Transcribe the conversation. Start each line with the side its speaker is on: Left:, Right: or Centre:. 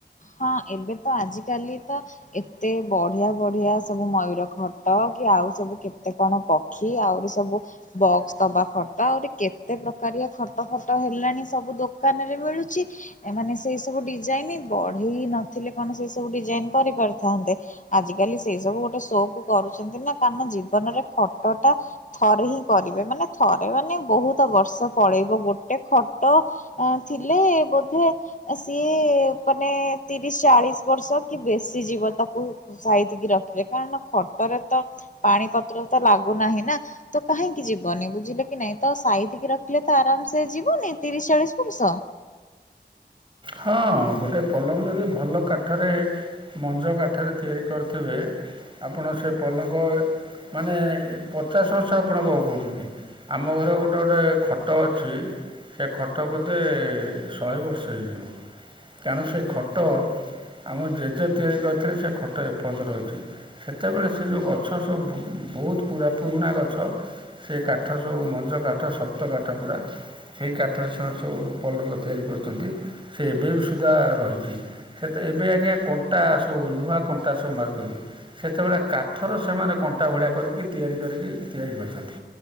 Left: ହଁ ଏବେ ତ ଆଜିକାଲି ତ ଏତେ ବଢିଆ ବଢିଆ ସବୁ ମୟୂର ଖଟ କି ଆଉ ସବୁ କେତେ କଣ ପକ୍ଷୀ ଆହୁରି ସବୁ ବକ୍ସ ଦବା ଖଟ, ଆହୁରି କେତେ ପ୍ରକାରିଆ ଖଟ ଫଟ ହେଲାଣି ସବୁ ଦୋକାନରେ ମିଳୁଚି ଏମାନେ ସେଇ ସବୁ ଡିଜାଇନ୍, ବଢେଇ ନଥିଲେ କଣ ସେଇ ସବୁ ଡିଜାଇନ୍ କରିପାରିଥାନ୍ତେ? ଆଜ କାଲି ସେଇ ସବୁ ଗୋଟେ ଶୋ କୁ କରୁଛନ୍ତି ନା କାରଣ ଜୀବନରେ ଖଟ ଟା ଥରେ ହିଁ କରିବେ, ମାନେ ଥରେ ମାନେ ବହୁତ ବର୍ଷ ପଳେଇବ ଗୋଟେ ଖଟ ଥିଲେ ବୋଧେ ସିଏ କ ନେ ତିରିଶୀ ଚାଳିଶି ବର୍ଷ କି ବେଶୀ ଯିବ ତାକୁ ସାାଇତିକି ରଖିଲେ, କାରଣ ଖଟରେ ତ ପାଣି ପତ୍ର ତ ଲାଗୁନାହିଁ ନା। ତ କାହିଁକି ଯିବନି ବୁଝିଲେ କି ନାଇଁ, ତ ସାଇତିକି ରଖିଲେ ତ ଆରାମ ସେ ଯିବନି ତିରିଶି ଚାଳିଶି ବର୍ଷ?
Right: ହଁ ଗୋଟେ ପଲଙ୍କ ଯଦି ଭଲ କାଠରେ ମଞ୍ଜ କାଠରେ ତିଆରି କରିଥିବେ ଆପଣ ସେ ପଲଙ୍କ ମାନେ ପଚାଶ ବର୍ଷ ଆପଣ କଁ କହୁଛନ୍ତି ଆମ ଘରେ ଗୋଟେ ଗୋଟେ ଖଟ ଅଛି ସେ ଖଟ ବଧେ ଶହେ ବର୍ଷ ହେଇଯିବ। କାରଣ ସେ ଖଟ ଆମ ଜେଜେ ତିଆରି କରିଥିଲେ ସେ ଖଟ ଏପଯନ୍ତ ରହିଚି। ସେତବେଳେ ସେ ଯୋଉ ଗଛ ସବୁ ବହୁତ ପୁରା ପୁରୁଣା ଗଛ ସେ କାଠ ସବୁ ମଞ୍ଜ କାଠ ଶକ୍ତ କାଠ ପୁରା। ସେଇ କାଠରେ ସେମାନେ ସବୁ ପଲଙ୍କ ତିଆରି କରିଛନ୍ତି, ସେ ଏବେ ବି ସୁଦ୍ଧା ରହିଚି। ସେ ତ ଏବେ ଆଜ୍ଞା କଣ୍ଟା ସବୁ ଲୁହା କଣ୍ଟା ସବୁ ମାରୁଛନ୍ତି। ସେତେବେଳେ କାଠର ସେମାନେ କଣ୍ଟା ଭଳିଆ କରିକି ତିଆରି କରିକି ତିଆରି କରିଛନ୍ତି।